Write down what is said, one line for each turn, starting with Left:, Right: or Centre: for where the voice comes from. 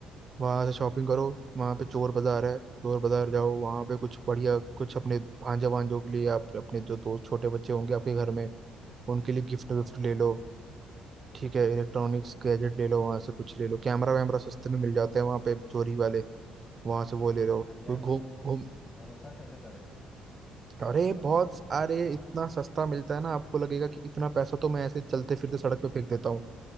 Right: वहां से शॉपिंग करो वहां पे चोर बाजार है चोर बाजार जाओ वहां पे कुछ बढ़िया कुछ अपने भांजा भांजों के लिए आप अपने जो दोस्त छोटे बच्चे होंगे आपके घर में उनके लिए गिफ्ट विफ्ट
Left: हाँ हाँ
Right: ले लो ठीक है इलेक्ट्रॉनिक्स
Left: तो अच्छा
Right: गैजेट ले लो वहां से कुछ ले लो कैमरा वैमरा सस्ते में मिल जाते हैं वहां पे चोरी वाले वहां से वो ले लो
Left: अरे यार
Right: तो घूम
Left: तो
Right: घूम
Left: भरोसा कैसे करें
Right: अरे
Left: सही होगा
Right: बहुत
Left: कि नहीं होगा
Right: अरे इतना सस्ता मिलता है ना आपको लगेगा कि इतना पैसा तो मैं ऐसे चलते फिरते सड़क पे फेंक देता हूँ